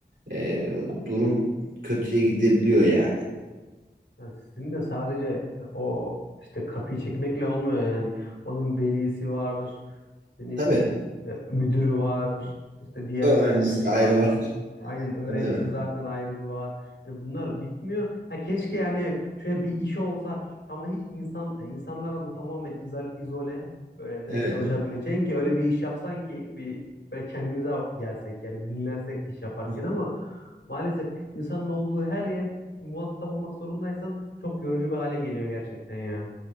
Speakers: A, on the right (about 85°); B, on the left (about 80°).
A: e, durum kötüye gidebiliyor yani.
B: Yani sizin de sadece e, o işte kapıyı çekmekle olmuyor yani. Onun velisi vardır. İşte ne
A: Tabii.
B: bileyim e, müdürü var, işte diğer
A: Öğrencisi
B: öğretmeni
A: ayrı
B: var.
A: var. <laughs>
B: Aynen öğrencisi
A: Tabii tabii.
B: zaten ayrı bir var. Yani bunlar bitmiyor. Ha, keşke yani şöyle bir iş olsa tamam hiç insan yani insanlara da tamamen izole, izole böyle direkt
A: Evet.
B: çalışabileceğin ki öyle bir iş yapsan ki bir böyle kendimize gelsek yani bir dinlensek iş yaparken
A: <laughs>
B: ama maalesef insanın olduğu her yer muhatap olmak zorundaysan çok yorucu bir hale geliyor gerçekten ya.